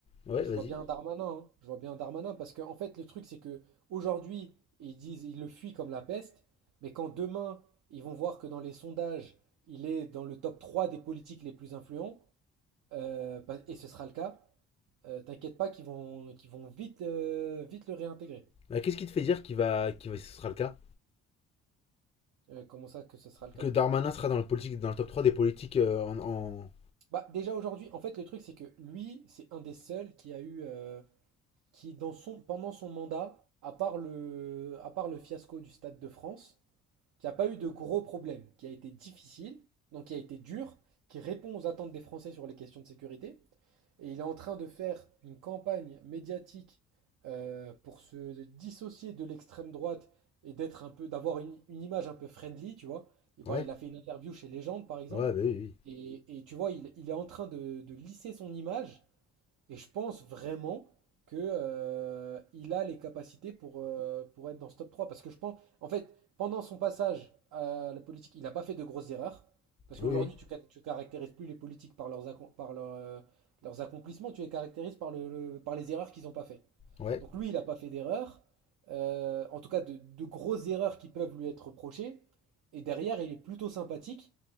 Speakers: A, on the left; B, on the right.
A: ouais,
B: Je
A: vas-y.
B: vois bien Darmanin, hein. Je vois bien Darmanin parce que en fait le truc c'est que aujourd'hui ils disent ils le fuient comme la peste, mais quand demain ils vont voir que dans les sondages il est dans le top 3 des politiques les plus influents euh, pas- et ce sera le cas, euh, t'inquiète pas qu'ils vont qu'ils vont vite euh, vite le réintégrer.
A: Bah, Qu'est-ce qui te fait dire qu'il va, qu'il va, ce sera le cas?
B: Euh, comment ça que ce sera le cas?
A: Que Darmanin sera dans le politique, dans le top 3 des politiques euh, en, en-
B: Bah déjà aujourd'hui en fait le truc c'est que lui c'est un des seuls qui a eu euh, qui dans son pendant son mandat à part le à part le fiasco du Stade de France qui n'a pas eu de gros problèmes, qui a été difficile, donc qui a été dur, qui répond aux attentes des Français sur les questions de sécurité. Et il est en train de faire une campagne médiatique euh, pour se dissocier de l'extrême droite et d'être un peu, d'avoir une, une image un peu friendly, tu vois. Et ben,
A: Ouais.
B: il a fait une interview chez Légende, par exemple.
A: Ouais, bah oui, oui.
B: Et, et tu vois, il, il est en train de, de lisser son image et je pense vraiment que, euh, il a les capacités pour, euh, pour être dans ce top 3. Parce que je pense, en fait, pendant son passage à la politique, il n'a pas fait de grosses erreurs. Parce
A: Oui,
B: qu'aujourd'hui, tu, ca- tu caractérises plus les politiques par leurs, accom- par leur, euh, leurs accomplissements, tu les caractérises par, le, le- par les erreurs qu'ils n'ont pas fait.
A: oui. Ouais.
B: Donc lui, il n'a pas fait d'erreurs, euh, en tout cas de, de grosses erreurs qui peuvent lui être reprochées. Et derrière, il est plutôt sympathique.